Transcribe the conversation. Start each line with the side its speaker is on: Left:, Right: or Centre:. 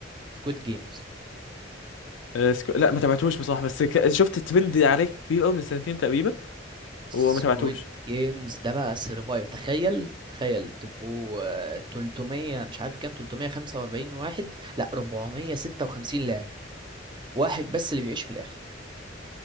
Right: سكويد جيمز
Left: آه، سك... لا ما تابعتوش بصراحه بس ك... شفت ترند عليه كبير قوي من سنتين تقريبا
Right: سكويد
Left: وما تابعتوش
Right: جيمز ده بقى سرفايف تخيل تخيل تبقوا آه، 300 مش عارف كام 345 واحد لا 456 لاعب واحد بس اللي بيعيش في الاخر